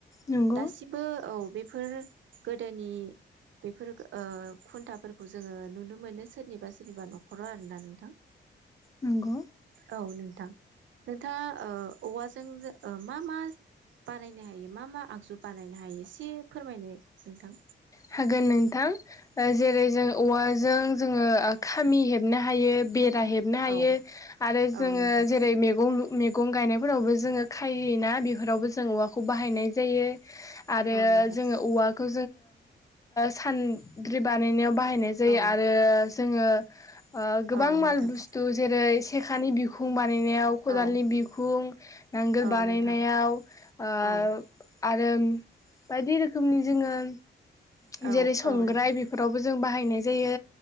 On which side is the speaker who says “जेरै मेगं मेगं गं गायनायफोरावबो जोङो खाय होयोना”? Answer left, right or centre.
Left